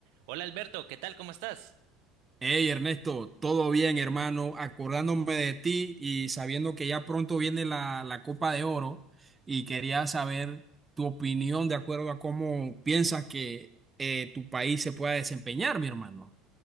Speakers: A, on the right; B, on the right.
A: Hola Alberto, ¿qué tal? ¿Cómo estás?
B: Hey Ernesto, todo bien hermano, acordándome de ti y sabiendo que ya pronto viene la, la Copa de Oro y quería saber tu opinión de acuerdo a cómo piensas que eh, tu país se pueda desempeñar, mi hermano.